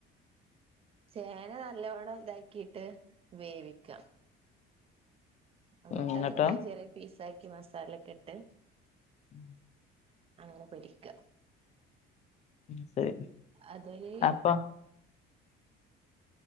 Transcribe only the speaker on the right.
ചേന നല്ലോണം ഇതാക്കിട്ട് വേവിക്ക. ഇങ്ങട്ട്
അത് ഞാൻ ചെറിയ പീസാക്കി മസാലക്കെട്ട്.
അങ്ങനെ പൊരിക്ക.
അതൊരു